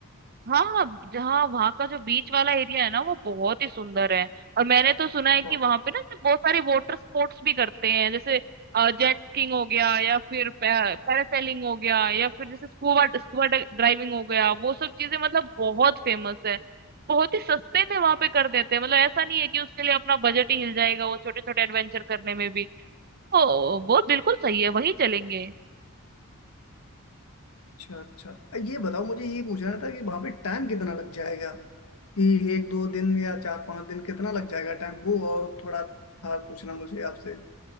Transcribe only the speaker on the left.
बहुत
अच्छा अच्छा ये बताओ मुझे ये पूछना था कि वहां पे टाइम कितना लग जाएगा कि एक दो दिन या चार पांच दिन कितना लग जाएगा टाइम वो और थोड़ा था पूछना मुझे आपसे